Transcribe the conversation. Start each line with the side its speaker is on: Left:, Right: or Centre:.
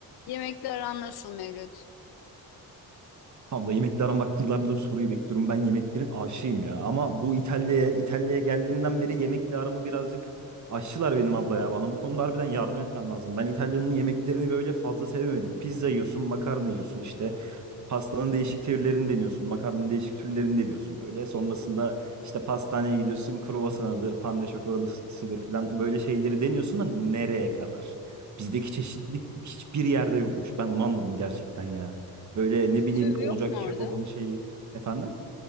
Left: Yemekler aran nasıl Mevlüt?
Right: Abla yemekle aramak yıllardır bu soruyu bekliyorum. Ben yemeklerin aşığıyım ya. Ama bu İtalya'ya, İtalya'ya geldiğimden beri yemekle aramı birazcık aşçılar benim abla ya. Bana bu konuda harbiden yardım etmen lazım. Ben İtalya'nın yemeklerini böyle fazla sevemedim. Pizza yiyorsun, makarna yiyorsun işte. Pastanın değişik türlerini deniyorsun. Makarnanın değişik türlerini deniyorsun böyle. Sonrasında işte pastaneye gidiyorsun. Kruvasanıdır, pande çokoladasıdır falan. Böyle şeyleri deniyorsun da nereye kadar? Bizdeki çeşitlilik hiçbir yerde yokmuş. Ben onu anladım gerçekten ya. Böyle ne
Left: Stüv
Right: bileyim olacak
Left: yok mu
Right: kebabını
Left: orada?
Right: şeyi. Efendim?